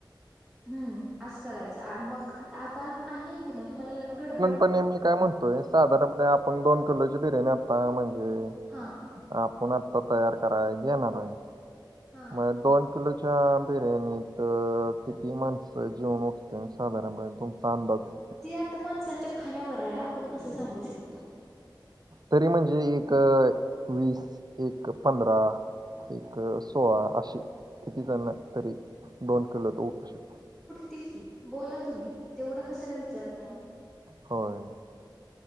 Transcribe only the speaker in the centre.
हम्म असं करायचं मग आता आता आणि एक नाही तुम्हाला गड
हा.
हा
ती आता माणसांच्या खाण्यावर आहे आपण कसं सांगू शकतो.
तीच की बोला तुम्ही तेवढं कशाला विचारतात.